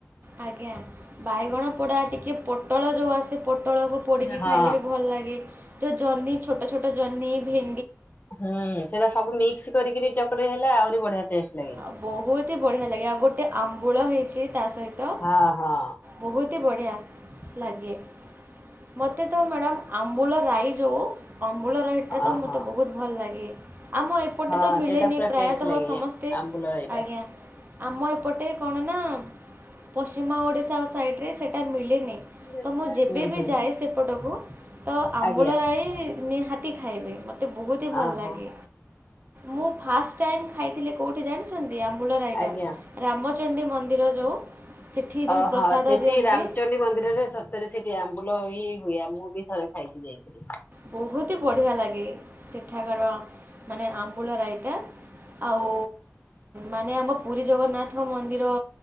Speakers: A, on the right (about 35°); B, on the left (about 35°).
A: ଆଜ୍ଞା ବାଇଗଣ ପୋଡା ଟିକେ ପୋଟଳ ଯୋଉ ଆସେ ପୋଟଳକୁ ପୋଡିକି
B: ହଁ।
A: ଖାଇଲେ ବି ଭଲ ଲାଗେ ଯୋଉ ଜହ୍ନି ଛୋଟ ଛୋଟ ଜହ୍ନି ଭେ
B: ହୁଁ ସେଇଟା ସବୁ ମିକ୍ସ କରିକରି ଚକଟେଇ ହେଲା ଆହୁରି ବଢିଆ ଟେଷ୍ଟ ଲାଗେ
A: ଆଉ ବହୁତି ବଢ଼ିଆ ଲାଗେ ଆଉ ଗୋଟେ ଆମ୍ବୁଳ ହେଇଛି ତା ସହିତ
B: ହଁ ହଁ।
A: ବହୁତ ହି ବଢ଼ିଆ ଲାଗେ। ମତେ ତ ମ୍ୟାଡ଼ାମ ଆମ୍ବୁଲ ରାଇ ଯୋଉ ଅମ୍ବୁଳ ରାଇତା ତ
B: ଓହୋ
A: ମୋତେ ବହୁତ ଭଲ ଲାଗେ। ଆମ ଏପଟେ
B: ହଁ
A: ତ ମିଳେନି
B: ସେଇଟା ପୁରା
A: ପ୍ରାୟତଃ
B: ଟେଷ୍ଟ ଲାଗେ
A: ସମସ୍ତେ
B: ଆମ୍ବୁଲ ଏଇଟା।
A: ଆଜ୍ଞା ଆମ ଏପଟେ କଣ ନାଁ ନା ପଶ୍ଚିମା ଓଡିଶା ଓ ସାଇଡି ରେ ସେଟା ମିଲେନି
B: ହୁଁ
A: ତ ମୁଁ ଯେବେ
B: ହୁଁ
A: ବି ଯାଏ ସେପଟକୁ ତ ଆମ୍ବୁଳ
B: ଆଜ୍ଞା
A: ରାଇ ନିହାତି ଖାଇବି ମୋତେ ବହୁତ ହିଁ ଭଲ
B: ଓହୋ
A: ଲାଗେ। ମୁଁ ଫାଷ୍ଟ ଟାଇମ୍ ଖାଇଥିଲି କଉଁଠି ଜାଣିଚନ୍ତି? ଆମ୍ବୁଳ ରାଇଟା
B: ଆଜ୍ଞା।
A: ରାମଚଣ୍ଡୀ ମ ମନ୍ଦିର ଯୋଉ ସେଠି ଯୋଉ
B: ଓହୋ
A: ପ୍ରସାଦ
B: ସେଠି
A: ଦିଅନ୍ତି
B: ରାମଚଣ୍ଡୀ ମନ୍ଦିରରେ ସତରେ ସେଠି ଆମ ଭଲ ହିଁ ହୁଏ ମୁଁ ବି ଥରେ ଖାଇଚି ଯାଇଥିଲି।
A: ବହୁତି ବଢ଼ିଆ ଲାଗେ ସେଠାକାର ମାନେ ଆମ୍ବୁଳ ରାଇଟା ଆଉ ମାନେ ଆମ ପୁରୀ ଜଗନ୍ନାଥ ମନ୍ଦିର